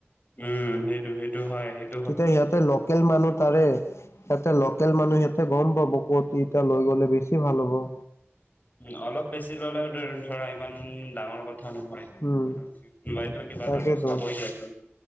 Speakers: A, on the left; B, on the left.
A: উম, সেইটো সেইটো হয় সেইট
B: তেতিয়া ইহঁতে লোকেল মানুহ তাৰে, সিহঁতে ল'কেল মানুহ সিহঁতে গ'ম পাব ক'ত এতিয়া লৈ গ'লে বেছি ভাল হ'ব।
A: উম অলপ বেছি ল'লেও ধৰা ইমান ডাঙৰ কথা নহয়।
B: উম
A: কোনোবাইটো কিবা
B: তাকেতো
A: এটাটো চাবই দিয়া চোন